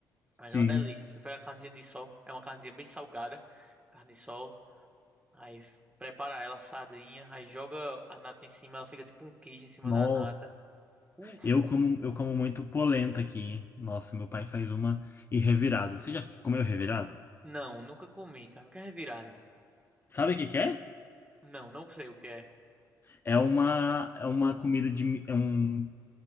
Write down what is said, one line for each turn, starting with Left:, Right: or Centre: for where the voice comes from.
Right: Mas
Left: sim.
Right: é uma delícia. Você pega a carnezinha de sol, é uma carnezinha bem salgada, carne de sol, aí f- prepara ela assadinha, aí joga a nata em cima, ela fica tipo um queijo em cima
Left: Nossa.
Right: da nata. Uf,
Left: Eu como, eu como muito polenta aqui. Nossa, meu pai faz uma e revirado. Você já comeu revirado?
Right: não, nunca comi, cara. O que é revirada?
Left: Sabe o que que é?
Right: Não, não sei o que é.
Left: É uma, é uma comida de. mi- É, um,